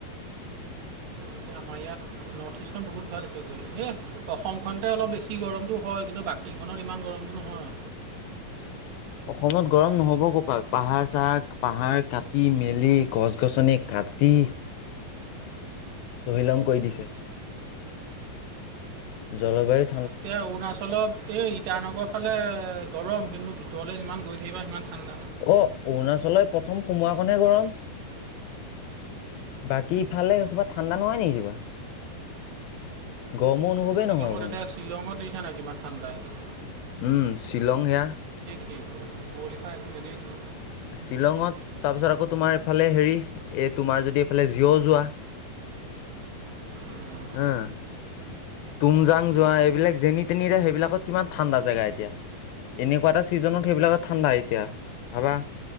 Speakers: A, on the right; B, on the left.
A: এতিয়া আমাৰ ইয়াত নৰ্থ ইষ্টখন বহুত ভাল আছে ধৰি লওক এই অসমখনতে অলপ বেছি গৰমটো হয় কিন্তু বাকী খনত ইমান গৰমটো নহয়।
B: <inaudible> অসমত গৰম নহব ক'পাত পাহাৰ চাহাৰ পাহাৰ কাটি মেলি গছ গছনি ক কাটি তহিলং কয় দিছে, জলবায়ুত
A: এতিয়া অৰুণাচলত এই ইটানগৰ ফালে গৰম কিন্তু ভিতৰলৈ যিমান গৈ থাকিবা সিমান ঠাণ্ডা ন
B: অ', অৰুণাচললৈ প্ৰথম সোমোৱাকণহে গৰম। বাকী ইফালে ক'ৰবাত ঠাণ্ডা নহয় নেকি কিবা? গৰমৰ অনুভৱেই
A: শ্বিলঙত
B: নহয় কোনো
A: এতিয়া শ্বিলঙত দিছা নাই কিমান ঠাণ্ডা এতিয়া।
B: উম শ্বিলং হেয়া।
A: ঠ ব কুৱলি পৰা একো নেদেখি।
B: শ্বিলঙত তাৰপিছত আকৌ তোমাৰ এইফালে হেৰি এই তোমাৰ যদি এইফালে জিঅ' যোৱা।
A: উম,
B: <unintelligible> তুমজাং যোৱা এইবিলাক যেনি তেনিৰে সেইবিলাকত কিমান ঠাণ্ডা জেগা এতিয়া। এনেকুৱা এটা ছিজনত সেইবিলাকত ঠাণ্ডা এতিয়া ভাৱা।